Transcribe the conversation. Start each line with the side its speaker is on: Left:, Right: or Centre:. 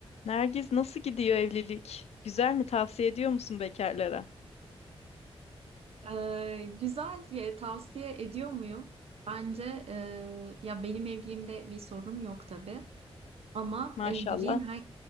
Left: Nergiz nasıl gidiyor evlilik? Güzel mi? Tavsiye ediyor musun bekarlara?
Right: Ee, güzel diye tavsiye ediyor muyum? Bence e, ya benim evliliğimde bir sorun yok tabii ama
Left: Maşallah.
Right: evliliğin her,